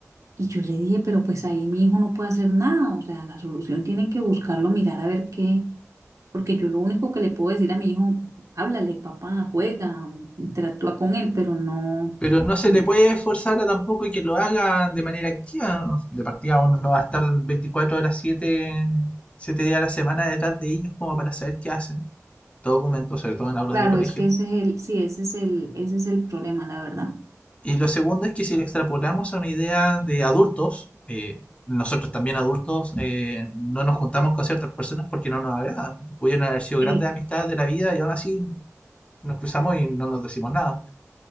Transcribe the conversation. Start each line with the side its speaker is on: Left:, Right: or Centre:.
Right: Y yo le dije, pero pues ahí mi hijo no puede hacer nada, o sea, la solución tienen que buscarlo, mirar a ver qué, porque yo lo único que le puedo decir a mi hijo, háblale, papá, juega, interactúa con él, pero no.
Left: Pero no se
Right: no
Left: le puede forzar a tampoco que lo haga de manera activa. De partida uno no va a estar 24 horas siete 7 días a la semana detrás de ellos como para saber qué hacen. Todo momento, sobre todo en aulas
Right: Claro,
Left: de colegio.
Right: es que ese es el, sí, ese es el, ese es el problema, la verdad.
Left: Y lo segundo es que si lo extrapolamos a una idea de adultos, eh, nosotros también adultos eh, no nos juntamos con ciertas personas porque no nos agradan. Pudieron haber sido grandes
Right: Eh,
Left: amistades de la vida y aún así nos cruzamos y no nos decimos nada.